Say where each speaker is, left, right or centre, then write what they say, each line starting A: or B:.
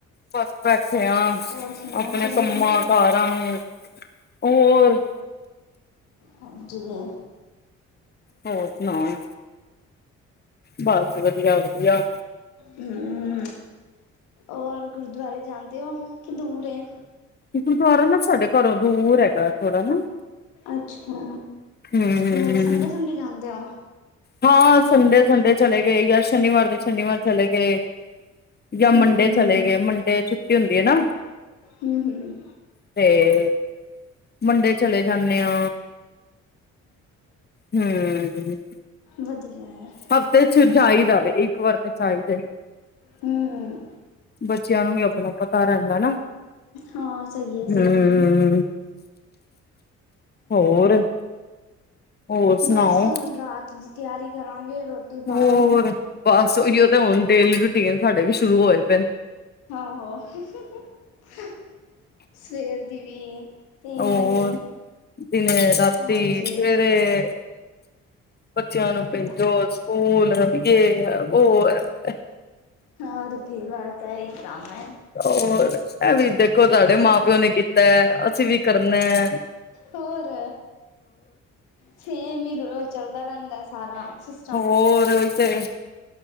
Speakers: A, on the left; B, on the left.
A: ਬਸ ਬੈਠੇ ਆਂ।
B: ਹੋਰ ਸੁਣਾਓ
A: ਆਪਣੇ
B: ਸਭ
A: ਕੰਮਾਂ-ਕਾਰਾਂ
B: ਵਧੀਆ
A: ਨੂੰ ਹੋਰ
B: ਹਾਂਜੀ, ਹਾਂ।
A: ਹੋਰ ਸੁਨਾਓ? ਬਾਸ ਵਦੀਆ-ਵਦੀਆ।
B: ਹੂੰ, ਓਰ ਗੁਰਦੁਆਰੇ ਜਾਂਦੇ ਓ ਕੀ ਦੂਰ ਏ?
A: ਗੂਰਦਾਰਾ ਨਾ, ਸਾਡੇ ਘਰੋਂ ਦੂਰ ਹੈਗੈ ਥੋੜਾ ਨਾ।
B: ਅੱਛਾ,
A: ਹੂੰ
B: ਫੇਰ ਸੰਡੇ-ਸੂੰਡੇ ਜਾਂਦੇ ਓ?
A: ਹਾਂ, ਸੰਡੇ-ਸੰਡੇ ਚਲੇ ਗਏ ਯਾ, ਸ਼ਨੀਵਾਰ ਦੇ ਸ਼ਨੀਵਾਰ ਚਲੇ ਗਏ। ਯਾ ਮੰਡੇ
B: ਹੂੰ
A: ਚਲੇ ਗਏ, ਮੰਡੇ ਛੁੱਟੀ ਹੁੰਦੀ ਏ ਨਾ।
B: ਹੂੰ, ਹੂੰ।
A: ਤੇ, ਮੰਡੇ ਚਲੇ ਜਾਂਨੇ ਆ। ਹੂੰ।
B: ਵਦੀਆ ਐ।
A: ਹਫ਼ਤੇ ਚ ਜਾਈ ਦਾ ਵੇ, ਇੱਕ ਵਾਰ ਤੇ ਜਾਈਦਾ ਈ ਏ।
B: ਹੂੰ।
A: ਬੱਚੇਆਂ ਨੂੰ ਵੀ ਅਪਨਾ ਪਤਾ ਰੈਂਦਾ ਨਾ,
B: ਹਾਂ ਸਹੀ ਹੈ ਸਹੀ
A: ਹੂੰ।
B: ਹੈ
A: ਹੋਰ? ਹੋਰ ਸੁਣਾਓ
B: ਬਾਸ ਹੋਨ ਰਾਤ ਦੀ ਤੇਆਰੀ ਕਰਾਂਗੇ, ਰੋਟੀ ਪਾਣੀ
A: ਹੋਰ, ਬਾਸ ਓਈ ਓ ਤੇ ਹੋਨ ਡੇਲੀ ਰੂਟੀਨ ਸਾਡੇ ਵੀ ਸ਼ੁਰੂ ਹੋਏ ਪਏ ਨ।
B: <unintelligible> ਸਵੇਰ ਦੀ ਵੀ, ਤੇ
A: ਹੋਰ
B: ਇਵੇਂ ਵੀ।
A: ਦਿਨੇ, ਰਾਤੀ,
B: ਹਾਂਜੀ
A: ਸਵੇਰੇ। ਬੱਚੇਆਂ ਨੂੰ ਭੇਜੋ
B: ਬਸ
A: ਸੂਕੂਲ, ਯੇ ਹੈ, ਵੋ ਹੈ।
B: ਹੋਰ ਕੀ, ਬਾਸ ਆਈ ਕਾੰਮ ਏ।
A: ਹੋਰ, ਐ ਵੀ ਦੇਖੋ ਸਾਡੇ ਮਾਂ ਪੇਓ ਨੇ ਕੀਤੈ, ਅਸੀਂ ਵੀ ਕਰਨੈ।
B: ਹੋਰ, ਸੇਮ ਹੀ ਓ ਰੋਜ਼ ਚਲਦਾ ਰੈਂਦੈ ਸਾਰਾ ਸਿਸ
A: ਹੋਰ, ਓਈ ਤੇ ਏ।